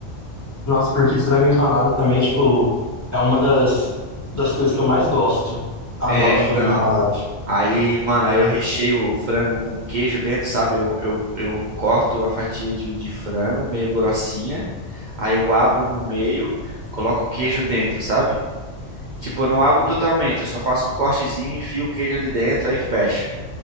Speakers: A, on the left; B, on the right.
A: Nossa, porque frango empanado também, tipo, é uma das, das coisas que eu mais gosto. Adoro
B: É, então.
A: frango empanado.
B: Aí, mano, aí eu recheio o frango com queijo dentro, sabe? Eu, eu, eu corto a fatia de, de frango meio grossinha, aí eu abro no meio, coloco o queijo dentro, sabe? Tipo, eu não abro totalmente, eu só faço um cortezinho, enfio o queijo ali dentro, aí fecho.